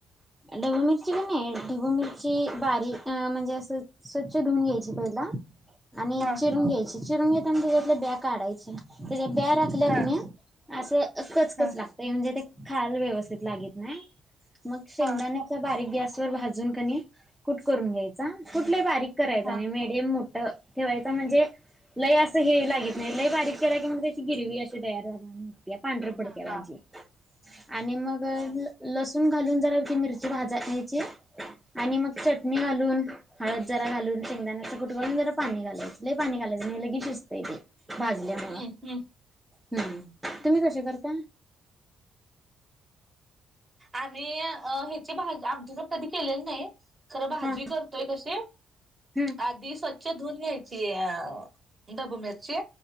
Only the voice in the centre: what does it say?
ढबू मिरची पण नाही. ढबू मिरची बारीक म्हणजे, असं स्वच्छ धुऊून घ्यायची. <unintelligible> आनी
चिरून घायची. चिरून घेताना <unintelligible> काढायच्या. बिया राखल्या
कीं नाई.. असं कचकच
लागतेय म्हनजे खाआला व्यवस्थित लगीत नाय? मग शेंगदाण्याचा
बारीक गॅस तूर भाजून कां नई, कूट करून घ्यायचा. कूट लई बारीक करायचा
नाही. मिडीयम ड. ठेवायचा म्हनजे? लय असं हे लगीत नाही. लय बारीक केला कीं मग ते.... ती गेली. मी अशी तयार झाले. या पांढरं फडक
वजी. आणि मग.. ल
लस. तुन घालून जरा ती मिरची भाजायची. आनी मग चटणी घालून हळद जरा घालून शेंगदाण्याचा कुटकाालून जरा पाणी घालायचं ल पाणी घालायचं हे ले शिजतय ते भाजल्या
मूळ
हम्म तुम्ही कसे करता
हा
हम्म